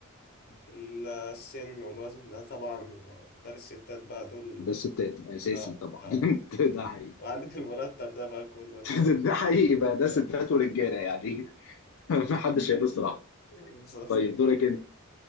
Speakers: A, on the left; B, on the left.
A: ال- السن والوزن ده طبعا ده للستات بقى دول
B: ده ستات أساسي
A: اه
B: طبعا
A: اه
B: <laughs> ده حقيقي
A: وعندك المرتب ده بقى كله رجاله
B: <laughs>
A: وستات.
B: ده حقيقي بقى ده
A: لا
B: ستات ورجالة يعني <laughs> ما حدش هيقول الصراحة
A: بالظبط
B: طيب دورك أنت